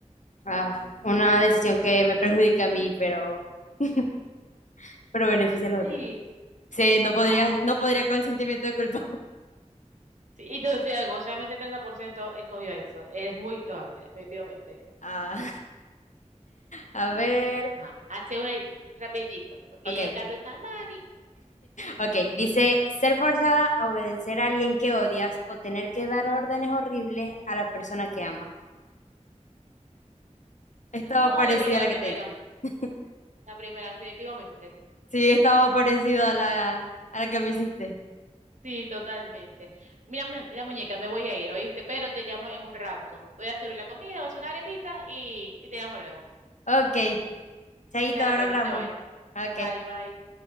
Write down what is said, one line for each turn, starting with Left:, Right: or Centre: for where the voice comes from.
Left: Ah, una decisión que me perjudica a mí, pero, <laughs> pero beneficia al otro.
Right: Sí.
Left: Sí, no podría,
Right: Ah,
Left: no podría con el sentimiento de culpa. <laughs>
Right: sí. Y te voy a decir algo, solamente el 30% escogió eso. Es muy loable, efectivamente.
Left: Ah, a ver,
Right: Ajá. Hace una ahí, rapidito, porque
Left: ok,
Right: ya el Carlos está, mami.
Left: ok. Dice, ser forzada a obedecer a alguien que odias o tener que dar órdenes horribles a la persona que amas. Estaba
Right: No,
Left: parecida
Right: yo creo que
Left: a
Right: la
Left: la
Right: primera,
Left: que te hice. <laughs>
Right: la primera, definitivamente.
Left: Sí, estaba parecido a la, a la que me hiciste.
Right: Sí, totalmente. Mira, mu- mira, muñeca, me voy a ir, ¿oíste? Pero te llamo en un rato. Voy a servir la comida, voy a hacer una arepita y, y te llamo luego.
Left: Ok, Chaito,
Right: Dale,
Left: ahora
Right: pues,
Left: hablamos.
Right: no te vayas.
Left: Ok.
Right: Dale, bye.